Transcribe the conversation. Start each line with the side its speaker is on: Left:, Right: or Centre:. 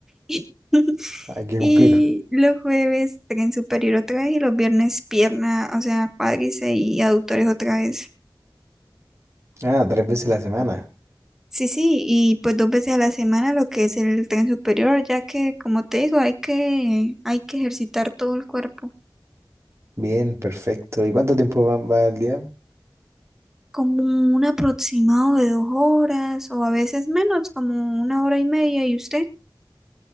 Centre: <laughs>
Right: Hay que cumplir.
Centre: Y los jueves tren superior otra vez y los viernes pierna, o sea, cuádriceps y autores otra vez.
Right: Ah, tres veces a la semana.
Centre: Sí, sí, y pues dos veces a la semana lo que es el tren superior, ya que como te digo, hay que, hay que ejercitar todo el cuerpo,
Right: Bien, perfecto. ¿Y cuánto tiempo va, va al día?
Centre: como un aproximado de dos horas o a veces menos, como una hora y media. ¿Y usted?